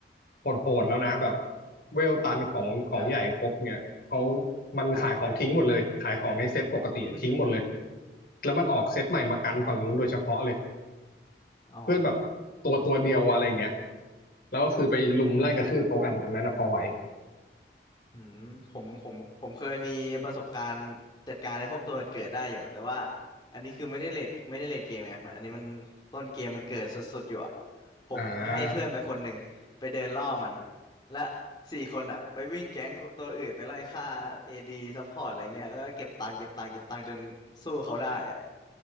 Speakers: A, on the left; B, on the left.
A: โหดๆแล้วนะแบบเวลตันของของใหญ่ครบเนี่ยเขา
B: ฮะ
A: มันขายของทิ้งหมดเลยขายของในเซ็ตปกติทิ้งหมดเลย
B: อ่าอม
A: แล้วมันออกเซ็ตใหม่มากันฝั่งนู้นโดยเฉพาะเลย
B: อ๋อ
A: เพื่อนแบบตัวตัวเดียวอะไรเงี้ยแล้วก็คือไปลุมไล่กระทืบเขากันอันนั้นนะพอไหว
B: อืมผมผมผมเคยมีประสบการณ์จัดการในพวกตัวเกิดได้อยู่แต่ว่าอันนี้คือไม่ได้เลทไม่ได้เลทเกมไงมันอันนี้มันต้นเกมมันเกิดสุดๆอยู่อะผมให้เพื่อนไปคนหนึ่งไปเดินล่อมัน
A: อ่า
B: และสี่คนอะไปวิ่งแก๊งตัวอื่นไปไล่ฆ่าเอดีซัพพอร์ตอะไรเงี้ยแล้วก็เก็บตังค์เก็บตังค์เก็บตังค์จนสู้เขาได้อะ